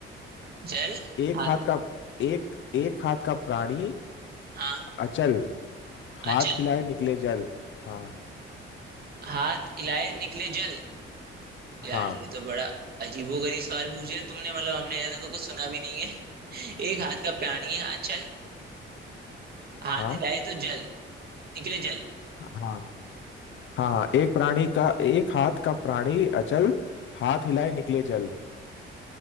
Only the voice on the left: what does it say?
एक
हाथ का एक एक हाथ का प्राणी
अचल हाथ
हिलाए निकले जल हाँ
हाँ
हाँ
हाँ हाँ हाँ एक प्राणी का एक हाथ का प्राणी अचल हाथ हिलाए निकले जल